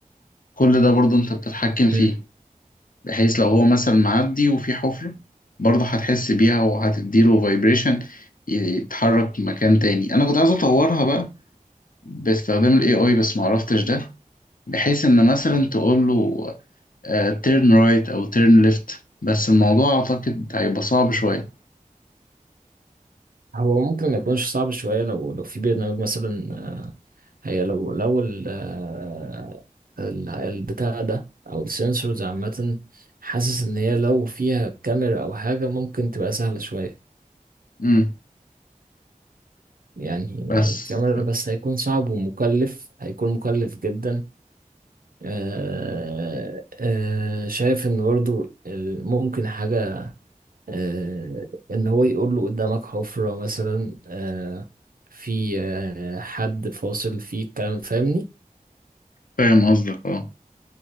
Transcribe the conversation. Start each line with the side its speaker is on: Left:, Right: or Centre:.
Left: كل ده برضه أنت بتتحكم
Right: مم.
Left: فيه بحيث لو هو مثلا معدي وفي حفرة برضه هتحس بيها وهتديله فايبريشن يتحرك مكان تاني أنا كنت عايز أطورها بقى باستخدام الاي اي بس ما عرفتش ده بحيث ان مثلا تقول له تيرن رايت او تيرن ليفت بس الموضوع اعتقد هيبقى صعب شويه
Right: هو ممكن ما يكونش صعب شويه لو لو في برنامج مثلا آه، هي لو لو ال- آه، ال- البتاع ده او السنسورز عامه حاسس ان هي لو فيها كاميرا او حاجه ممكن تبقى سهله شويه
Left: امم
Right: يعني
Left: بس
Right: الكاميرا بس هيكون صعب ومكلف هيكون مكلف جدا آه آه شايف ان برضو ال- ممكن حاجة آه ان هو يقول له قدامك حفرة مثلا آه في آه حد فاصل في الكلام فاهمني
Left: فاهم قصدك اه